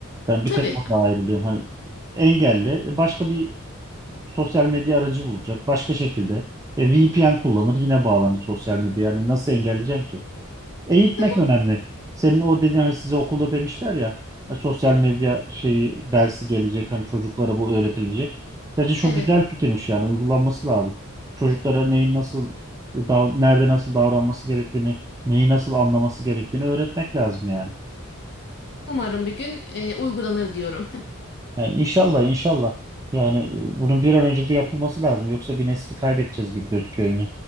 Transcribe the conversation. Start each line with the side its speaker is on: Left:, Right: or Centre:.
Right: Ben bir
Left: Tabii,
Right: tek orada ayrılıyorum. Hani engelli e, başka bir sosyal medya aracı bulacak. Başka şekilde e, VPN kullanır yine bağlanır sosyal medya. Yani nasıl engelleyeceksin ki? Eğitmek
Left: tabii.
Right: önemli. Senin o dediğin hani size okulda demişler ya hani sosyal medya şeyi dersi gelecek hani çocuklara bu öğretilecek. Bence çok
Left: Evet.
Right: güzel fikirmiş yani uygulanması lazım. Çocuklara neyin nasıl e, dav- nerede nasıl davranması gerektiğini, neyi nasıl anlaması gerektiğini öğretmek lazım yani.
Left: Umarım bir gün e, uygulanır diyorum.
Right: Yani inşallah inşallah yani e, bunun bir an önce de yapılması lazım yoksa bir nesli kaybedeceğiz gibi gözüküyor yine.